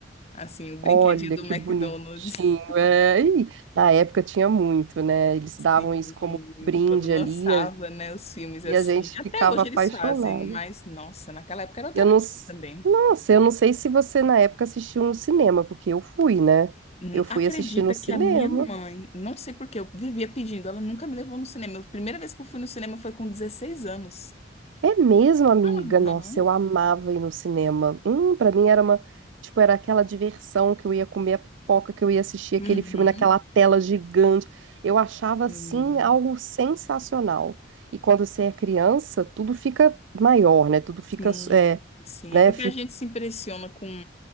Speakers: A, on the left; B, on the right.
A: assim, o brinquedinho
B: Olha
A: do
B: que
A: McDonald's.
B: bonitinho. É, e na época tinha muito, né? Eles
A: Sim,
B: davam isso como brinde
A: quando lançava,
B: ali e a
A: né, os filmes assim.
B: e a gente
A: Até
B: ficava
A: hoje
B: apaixonado.
A: eles fazem, mas nossa, naquela época era outra
B: Eu
A: coisa
B: não. s-
A: também.
B: Nossa, eu não sei se você na época assistiu no cinema, porque eu fui, né?
A: Hum,
B: Eu fui
A: Acredita
B: assistir no cinema.
A: que a minha mãe, não sei por que, eu vivia pedindo, ela nunca me levou no cinema. A primeira vez que eu fui no cinema foi com dezesseis anos.
B: É mesmo, amiga?
A: Aham.
B: Nossa, eu amava ir no cinema. Hum, para mim era uma, tipo, era aquela diversão que eu ia comer a pipoca, que eu ia assistir
A: Uhum.
B: aquele filme naquela tela gigante. Eu achava
A: Sim,
B: assim algo sensacional. E quando você é criança, tudo fica maior, né? Tudo fica,
A: sim.
B: é,
A: sim. É
B: né?
A: porque
B: Fica
A: a gente se impressiona com